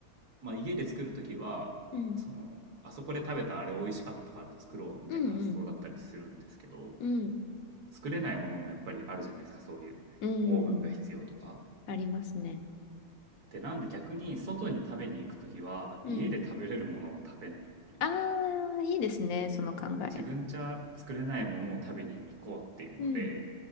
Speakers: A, on the right (about 70°); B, on the left (about 65°).
A: まあ家で作るときは、
B: うん。
A: その、あそこで食べたあれ美味しかったから作ろうみたいな発想だったりするんですけど、
B: うん。うん。
A: 作れないものもやっぱりあるじゃないですか、そういうオーブンが必要とか。
B: うん。うん。ありますね。
A: で、なんで逆に外に食べに行くときは、
B: うん。
A: 家で食べれるものは食べないっていうか、
B: ああ、いいですね。その考え。
A: 自分じゃ作れないものを食べに行こうっていうので、
B: うん。